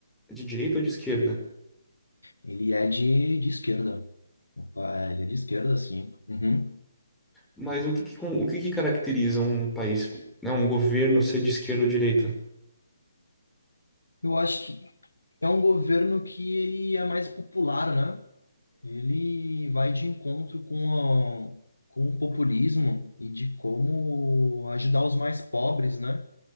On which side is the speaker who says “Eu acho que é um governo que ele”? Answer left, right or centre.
Left